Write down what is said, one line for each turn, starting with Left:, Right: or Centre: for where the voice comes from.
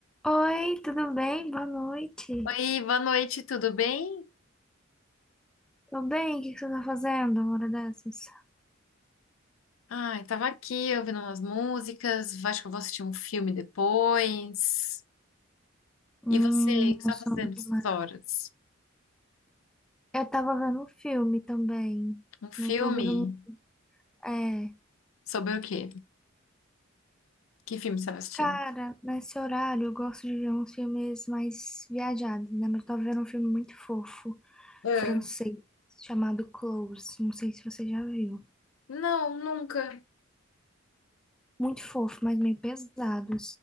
Centre: Oi, tudo bem? Boa noite.
Left: Oi, boa noite, tudo bem?
Centre: Tô bem, o que que você tá fazendo uma hora dessas?
Left: Ai, tava aqui ouvindo umas músicas, acho que eu vou assistir um filme depois.
Centre: Hum,
Left: E você, o que você
Centre: não
Left: tá
Centre: sou
Left: fazendo
Centre: muito
Left: essas
Centre: mais.
Left: horas?
Centre: Eu tava vendo um filme também.
Left: Um filme?
Centre: Não tô vendo. mu- É.
Left: Sobre o quê? Que filme você tá assistindo?
Centre: Cara, nesse horário eu gosto de ver uns filmes mais viajados, né? Mas eu tava vendo um filme muito fofo,
Left: Ah,
Centre: francês, chamado Close. Não sei se você já viu.
Left: não, nunca.
Centre: Muito fofo, mas meio pesado,